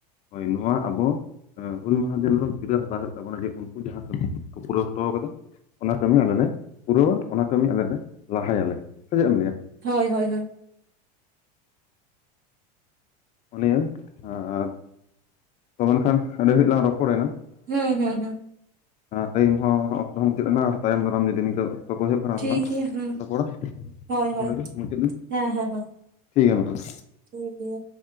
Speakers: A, on the left; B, on the right.
A: ᱦᱳᱭ ᱱᱚᱣᱟ ᱟᱵᱚ ᱮᱸ ᱦᱩᱞ ᱢᱟᱦᱟᱸ ᱫᱤᱱ ᱦᱤᱞᱳᱜ ᱠᱤᱨᱟᱹ ᱦᱟᱛᱟᱣ ᱦᱩᱭᱩᱜ ᱛᱟᱵᱚᱱᱟ ᱡᱮ ᱩᱱᱠᱩ ᱡᱟᱦᱟᱸ ᱠᱟᱹᱢᱤ ᱠᱚ ᱯᱩᱨᱟᱹᱣ ᱦᱚᱴᱚᱣ ᱠᱟᱫᱟ ᱚᱱᱟ ᱠᱟᱹᱢᱤ ᱟᱞᱮ ᱞᱮ ᱯᱩᱨᱟᱹᱣᱟ, ᱚᱱᱟ ᱠᱟᱹᱢᱤ ᱟᱞᱮ ᱞᱮ ᱞᱟᱦᱟᱭᱟᱞᱮ ᱥᱮ ᱪᱮᱫ ᱮᱢ ᱞᱟᱹᱭᱟ᱾
B: ᱦᱳᱭ ᱦᱳᱭ ᱦᱳᱭ᱾
A: ᱚ ᱱᱤᱭᱟᱹ ᱟᱨ ᱛᱚ ᱢᱮᱱ ᱠᱷᱟᱱ ᱟᱹᱰᱤ ᱜᱷᱟᱲᱤᱡ ᱞᱟᱝ ᱨᱚᱯᱚᱲᱮᱱᱟ᱾
B: ᱦᱩᱸ ᱦᱮᱸ ᱦᱩᱸ᱾
A: ᱴᱟᱭᱤᱢ ᱦᱚᱸ ᱚᱠᱛᱚ ᱦᱚᱸ ᱢᱩᱪᱟᱹᱫ ᱮᱱᱟ ᱟᱨ ᱛᱟᱭᱚᱢ ᱫᱟᱨᱟᱢ ᱡᱩᱫᱤ ᱱᱚᱝᱠᱟ ᱚᱠᱛᱚ ᱠᱚ ᱦᱩᱭᱩᱜ ᱠᱟᱱᱟ
B: ᱴᱷᱤᱠ
A: ᱫᱚ ᱞᱟᱝ
B: ᱜᱮᱭᱟ ᱦᱩᱸ
A: ᱨᱚᱯᱚᱲᱟ,
B: ᱦᱳᱭ ᱦᱳᱭ
A: ᱱᱚᱰᱮ ᱜᱮ ᱢᱩᱪᱟᱹᱫ ᱴᱷᱤᱠ
B: ᱦᱮᱸ ᱦᱮᱸ ᱦᱮᱸ
A: ᱜᱮᱭᱟ ᱢᱟ ᱛᱟᱦᱚᱞᱮ᱾
B: ᱴᱷᱤᱠ ᱜᱮᱭᱟ᱾